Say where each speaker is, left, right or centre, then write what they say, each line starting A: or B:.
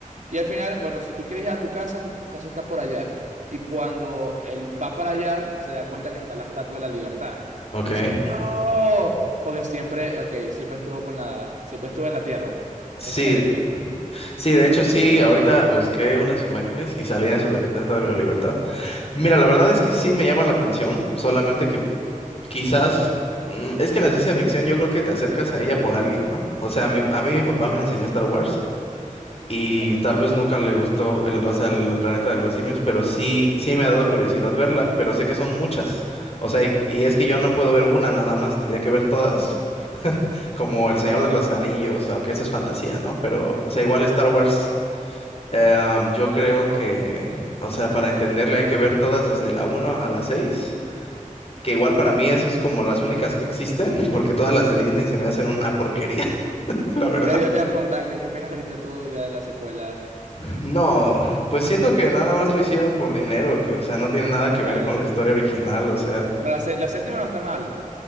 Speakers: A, on the right; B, on the left.
A: Y al final, bueno, si tú quieres ir a tu casa, tu casa está por allá. Y cuando él va para allá, se da cuenta que está la Estatua de la Libertad.
B: Ok.
A: Y dice, no, porque siempre, ok, siempre estuvo con la, siempre estuvo en la tierra, pues.
B: Sí,
A: Ese es el spoiler.
B: sí, de hecho sí, ahorita busqué unas imágenes y salía eso de la Estatua de la Libertad. Mira, la verdad es que sí me llama la atención, solamente que quizás mm, es que la ciencia ficción yo creo que te acercas a ella por alguien, ¿no? O sea, mi- a mí mi papá me enseñó Star Wars y
A: Correcto.
B: tal vez nunca le gustó el, o sea, el planeta de los simios, pero sí, sí me ha dado curiosidad verla, pero sé que son muchas. O sea, y, y es que yo no puedo ver una nada más, tendría que ver todas, como El
A: Wow.
B: Señor de los Anillos, aunque eso es fantasía, ¿no? Pero, o sea, igual Star Wars. Em, yo creo que, o sea, para entenderle hay que ver todas desde la uno a la 6 que igual para mí eso es como las únicas que existen, <laughs> porque todas las de Disney se me hacen
A: Ok.
B: una porquería, <laughs> la verdad.
A: Eh, yo te iba a preguntar, ¿qué, qué opinas ahorita tú ya de la secuela?
B: No, pues siento que nada más lo hicieron por dinero, que o sea, no tiene nada que
A: Claro.
B: ver con la historia original, o sea,
A: Pero la, sé- la séptima no está mal.